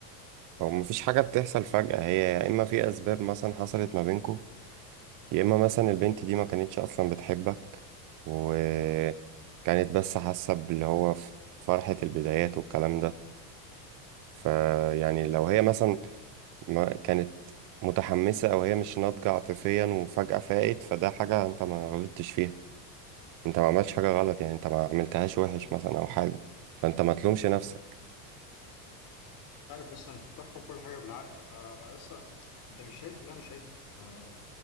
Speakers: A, on the right (about 40°); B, on the left (about 45°).
A: هو مفيش حاجة بتحصل فجأة هي يا اما في اسباب مثلا حصلت ما بينكو يا اما مثلا البنت دي ما كانتش اصلا بتحبك وكانت بس حاسة باللي هو ف- فرحة البدايات والكلام ده فيعني لو هي مثلا ما كانت متحمسة أو هي مش ناضجة عاطفيا وفجأة فاقت فده حاجة أنت ما غلطتش فيها أنت ما عملتش حاجة غلط يعني أنت ما عملتهاش وحش مثلا أو حاجة فأنت ما تلومش نفسك
B: عارف لسه انت بتحكم كل حاجه بالعقل انا انا لسه انت مش شايف اللي انا شايفه انا